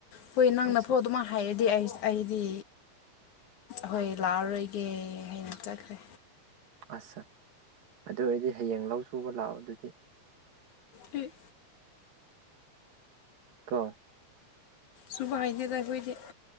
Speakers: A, on the left; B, on the right.
A: ꯍꯨꯣꯏ ꯅꯪꯅꯥꯐꯧ
B: ꯑꯠꯆꯥ
A: ꯑꯗꯨꯝ ꯍꯥꯏꯔꯗꯤ ꯑꯩ ꯑꯩ ꯗꯤ ꯍꯣꯏ ꯂꯥꯛꯑꯔꯣꯏꯒꯦ ꯍꯥꯏꯅ ꯆꯠꯈ꯭ꯔꯦ
B: ꯑꯥꯁꯥ ꯑꯗꯨ ꯑꯣꯏꯔꯗꯤ ꯍꯌꯦꯡ ꯂꯧ ꯁꯨꯕ ꯂꯥꯛꯑꯣ ꯑꯗꯨꯗꯤ
A: ꯑꯩ
B: ꯀ‌ꯣ
A: ꯁꯨꯕꯥꯏꯅꯗ ꯑꯩꯈꯣꯏꯗꯤ